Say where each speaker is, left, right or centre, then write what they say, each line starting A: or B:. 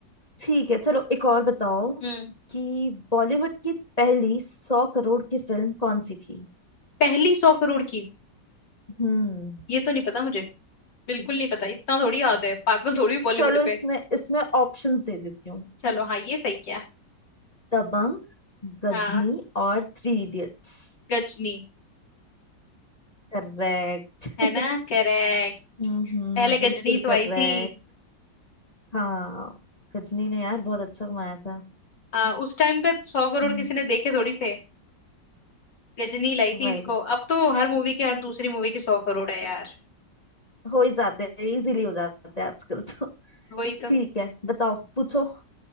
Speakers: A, on the left; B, on the left.
A: ठीक है चलो एक और बताओ
B: हम्म
A: कि बॉलीवुड की पहली सौ करोड़ की फिल्म कौन सी थी
B: पहली सौ करोड़ की
A: हम्म
B: ये तो नहीं पता मुझे बिल्कुल नहीं पता इतना थोड़ी याद है पागल थोड़ी हूँ बॉलीवुड
A: चलो इसमें
B: पे
A: इसमें ऑप्शंस दे देती हूँ
B: चलो हाँ ये सही किया
A: दबंग गजनी
B: हाँ
A: और थ्री इडियट्स
B: गजनी
A: करेक्ट
B: है
A: <laughs>
B: ना करेक्ट
A: हम्म हम्म
B: पहले
A: बिल्कुल
B: गजनी तो
A: करेक्ट
B: आई थी
A: हाँ गजनी ने यार बहुत अच्छा कमाया था
B: आ, उस टाइम पे सौ करोड़
A: हम्म
B: किसी ने देखे थोड़ी थे गजनी लाई
A: वही
B: थी इसको अब तो हर मूवी के हर दूसरी मूवी के सौ करोड़ है यार
A: हो ही जाते हैं इजीली हो जाते हैं आजकल तो
B: वही तो
A: ठीक है बताओ पूछो